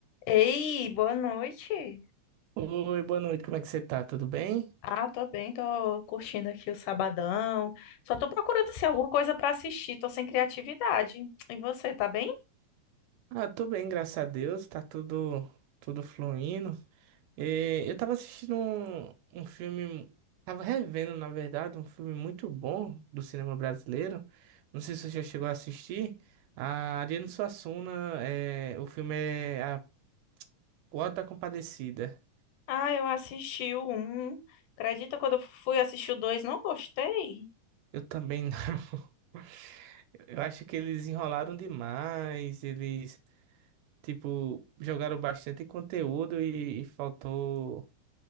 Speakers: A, on the left; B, on the right.
A: Ei, boa noite.
B: Oi, boa noite, como é que você tá? Tudo bem?
A: Ah, tô bem, tô curtindo aqui o sabadão. Só tô procurando assim, alguma coisa pra assistir, tô sem criatividade. E você, tá bem?
B: Ah, tô bem, graças a Deus, tá tudo, tudo fluindo. Eh, eu tava assistindo um, um filme, tava revendo, na verdade, um filme muito bom do cinema brasileiro. Não sei se você já chegou a assistir. A Ariano Suassuna, eh, o filme é a, O Auto da Compadecida.
A: Ah, eu assisti o um. Acredita quando eu fui assistir o dois, não gostei?
B: Eu também não. <laughs> Eu acho que eles enrolaram demais, eles, tipo, jogaram bastante conteúdo e e faltou.